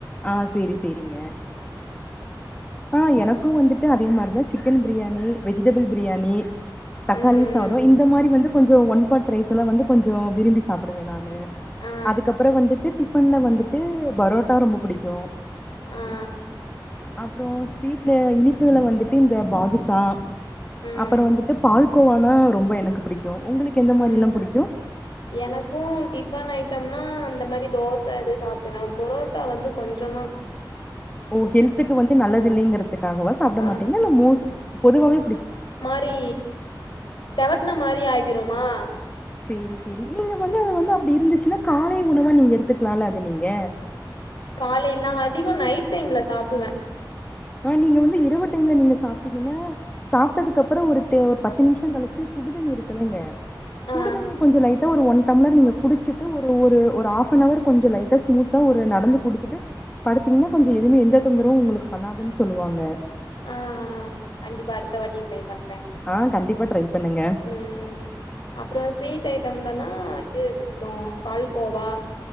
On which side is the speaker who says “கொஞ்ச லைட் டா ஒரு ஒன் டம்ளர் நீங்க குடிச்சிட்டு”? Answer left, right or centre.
Left